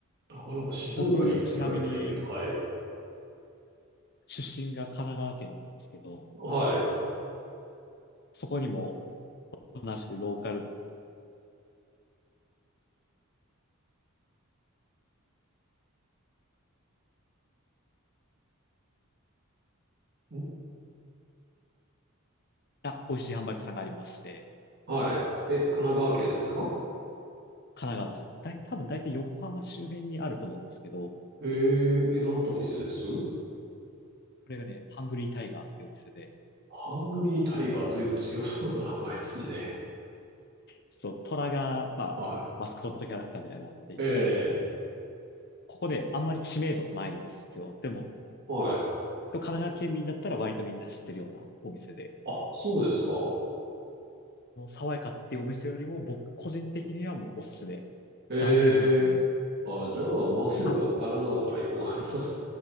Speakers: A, on the right (about 50°); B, on the left (about 50°).
A: なかなか静岡に行く機会ないけど、
B: 僕、ちなみに、
A: はい。
B: 出身が神奈川県なんですけど、
A: はい。
B: そこにも同じくローカル
A: ん
B: な美味しいハンバーグ屋さんがありまして、
A: はい。え、神奈川県ですか
B: 神奈川です。だい、多分大体横浜周辺にあると思うんですけど、
A: えー、え、なんとお店です
B: これがね、ハングリータイガーっていうお店で、
A: ハングリータイガー、ずいぶん強そうな名前ですね。
B: ちょっと虎が、まあ、
A: は
B: マスコットキャラクターみたいになっていて、
A: い。ええ、
B: ここであんまり知名度ないんですよ。でも、
A: はい。
B: と、神奈川県民だったら割とみんな知ってるようなお店で、
A: あ、そうですか。
B: もう爽やかっていうお店よりも僕個人的にはもうおすすめ。
A: ええあ、
B: 断然おすすめ。
A: じゃあ、まずは神奈川から行こうかな。
B: あ、